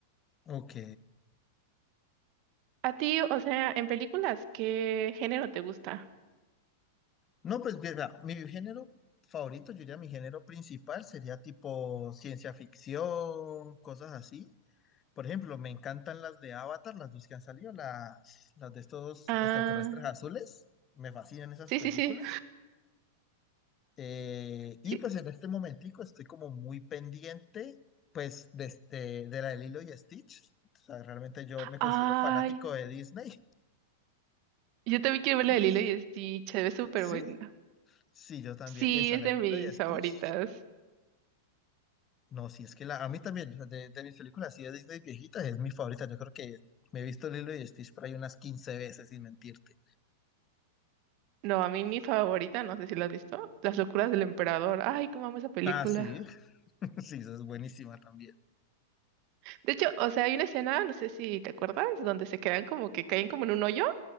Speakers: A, on the left; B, on the right.
A: Ok.
B: A ti, o sea, en películas, ¿qué género te gusta?
A: No, pues mira, mi género favorito, yo diría mi género principal sería tipo ciencia ficción, cosas así. Por ejemplo, me encantan las de Avatar, las dos que han salido, las, las de estos
B: Ah,
A: extraterrestres azules. Me fascinan esas
B: sí,
A: películas.
B: sí, sí,
A: Eh, y
B: sí.
A: pues en este momentico estoy como muy pendiente pues de, este- de la de Lilo y Stitch. O sea, realmente yo me considero
B: Ay,
A: fanático de Disney.
B: yo también quiero ver
A: Y
B: la de Lilo
A: eh,
B: y Stitch, se ve súper
A: sí,
B: buena.
A: sí, yo también.
B: Sí,
A: Esa,
B: es
A: la
B: de
A: de Lilo
B: mis
A: y Stitch.
B: favoritas.
A: No, sí, es que la, a mí también, o sea, de, de mis películas así de Disney viejitas, es mi favorita. Yo creo que me he visto Lilo y Stitch por ahí unas 15 veces, sin mentirte.
B: No, a mí mi favorita, no sé si la has visto, Las locuras del emperador. Ay, cómo amo esa película.
A: Ah, sí, <laughs> sí, esa es buenísima también.
B: De hecho, o sea, hay una escena, no sé si te acuerdas, donde se quedan como que caen como en un hoyo